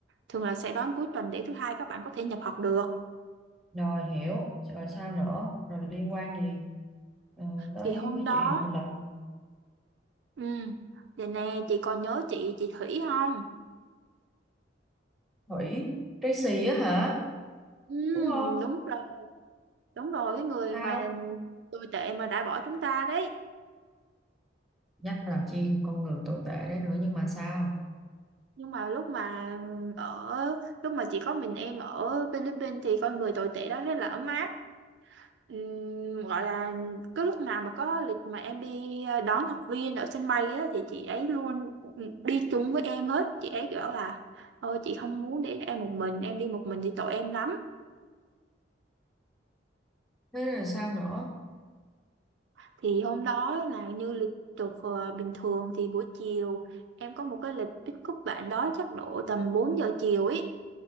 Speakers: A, on the right; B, in the centre.
A: thường là sẽ đón cuối tuần để thứ hai các bạn có thể nhập học được
B: Rồi hiểu, rồi sao nữa? Rồi liên quan gì ờ, tới
A: thì hôm
B: cái
A: đó
B: chuyện mà lật
A: ừ vậy nè chị còn nhớ chị chị Thủy không
B: thủy Tracy á hả?
A: ừ
B: Đúng không?
A: đúng rồi đúng rồi cái người
B: Sao?
A: mà tồi tệ mà đã bỏ chúng ta đấy
B: Nhắc làm chi con người tồi tệ đấy nữa nhưng mà sao?
A: nhưng mà lúc mà ở lúc mà chỉ có mình em ở Philippines thì con người tồi tệ đó rất là ấm áp Ừm, gọi là cái lúc nào mà có lịch mà em đi ờ, đón học viên ở sân bay á, thì chị ấy luôn đi chung với em hết chị ấy bảo là ôi chị không muốn để em một mình em đi một mình thì tội em lắm
B: Thế rồi sao nữa?
A: thì hôm đó là như lịch được ờ, bình thường thì buổi chiều em có một cái lịch pick up bạn đó chắc độ tầm 4 giờ chiều ấy